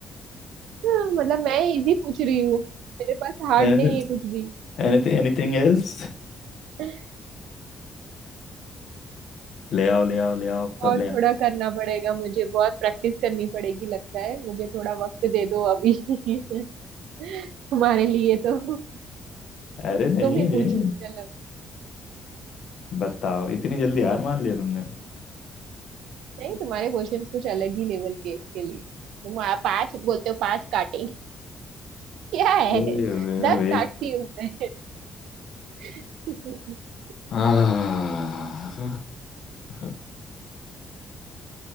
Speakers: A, on the right; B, on the left.
A: हाँ, मतलब मैं इजी पूछ रही हूँ मेरे पास हार्ड
B: एनीथिंग
A: नहीं है कुछ भी
B: एनीथिंग एल्स
A: <laughs>
B: ले आओ ले आओ ले आओ सब
A: और
B: ले
A: थोड़ा
B: आओ
A: करना पड़ेगा मुझे बहुत प्रैक्टिस करनी पड़ेगी लगता है मुझे थोड़ा वक्त दे दो अभी <laughs> तुम्हारे लिए तो
B: अरे नहीं
A: तुम ही
B: नहीं
A: पूछ लो चलो
B: बताओ इतनी जल्दी हार मान लिया तुमने
A: नहीं तुम्हारे क्वेश्चंस कुछ अलग ही लेवल के इसके लिए तुम आ- पांच बोलते हो पांच काटेंगे <laughs> क्या है
B: ओए, ओए,
A: दस
B: ओए।
A: काटती हूँ मैं <laughs>
B: आह, <laughs>